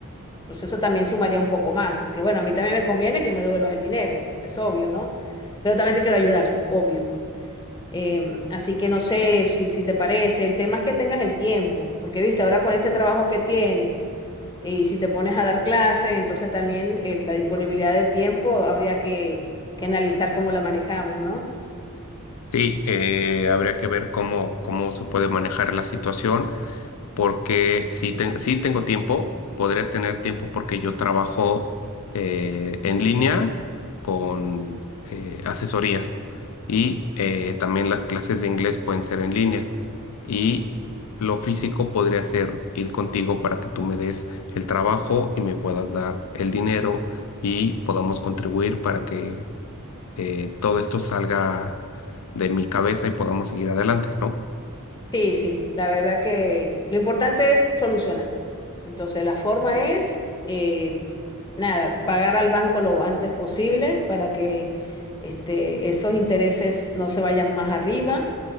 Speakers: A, on the left; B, on the left.
A: Pues eso también sumaría un poco más, porque bueno, a mí también me conviene que me devuelvas el dinero, es obvio, ¿no? Pero también te quiero ayudar, obvio. Eh, así que no sé si, si te parece, el tema es que tengas el tiempo, porque viste, ahora con este trabajo que tienes, eh, y si te pones a dar clases, entonces también eh, la disponibilidad de tiempo habría que, que analizar cómo la manejamos, ¿no?
B: Sí, eh, habría que ver cómo, cómo se puede manejar la situación. porque si, ten- si tengo tiempo, podré tener tiempo porque yo trabajo eh, en línea con eh, asesorías y eh, también las clases de inglés pueden ser en línea y lo físico podría ser ir contigo para que tú me des el trabajo y me puedas dar el dinero y podamos contribuir para que eh, todo esto salga de mi cabeza y podamos seguir adelante, ¿no?
A: Sí, sí, la verdad que lo importante es solucionar. Entonces, la forma es, eh, nada, pagar al banco lo antes posible para que este, esos intereses no se vayan más arriba,